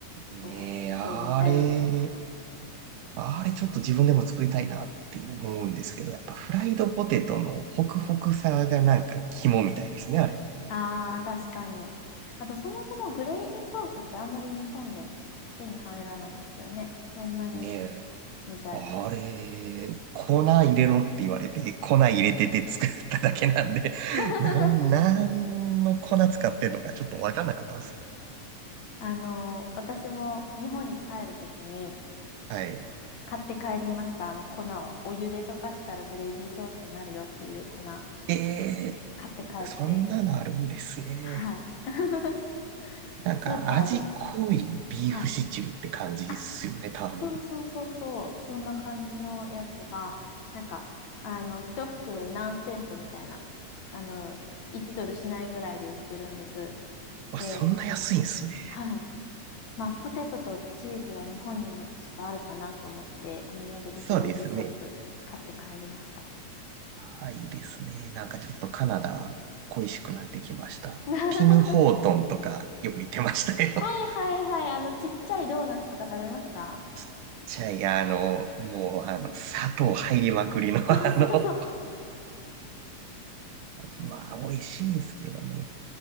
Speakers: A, on the right; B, on the left.
A: ねえ、
B: こう、
A: あれ、
B: ちょっと似たようなのが
A: あれちょっと自分でも作りたいなって思うんですけど、やっぱフライドポテトのホクホクさがなんか肝みたいですね、あれ。
B: ああ、確かに。あと、そもそもグレイビーソースってあんまり日本で手に入らないですよね。そんなに
A: ねえ。
B: メジャーじゃない。
A: あれ、粉入れろって言われて、粉入れてて作っただけなんで、
B: <laughs>
A: <laughs> なん、なんの粉使ってんのかちょっとわかんなかったんです。
B: あの、私も日本に帰るときに
A: はい。
B: 買って帰りました。あの粉を。お湯で溶かしたらグレイビーソースになるよっていう粉買
A: えー、
B: って帰って。
A: そんなのあるんですね。
B: はい。<laughs>
A: なんか味濃いビーフシチューって感じですよね、
B: スーパーで。はい。あ
A: 多分。
B: そうそうそうそう、そんな感じのやつが、なんか、あの、一袋何セントみたいな、あの、1ドルしないぐらいで売ってるんです。
A: あ、
B: で、
A: そんな安いんですね。
B: はい。まあ、ポテトとチーズは日本にもちょっとあるかなと思って、お土産でグレイビーソース買って帰りました。
A: そうですね。あ、いいですね。なんかちょっとカナダ恋しくなってきました。
B: <laughs> あ、
A: ティム・ホートンとかよく言ってましたよ。
B: はいはいはい。あの、ちっちゃいドーナツとか食べました
A: <laughs> じゃあ、いや、あの、もう、あの、砂糖入りまくりの、
B: <laughs> そうそうそう。
A: <laughs> あの、
B: <laughs> そう。
A: まあ、美味しいんですけどね。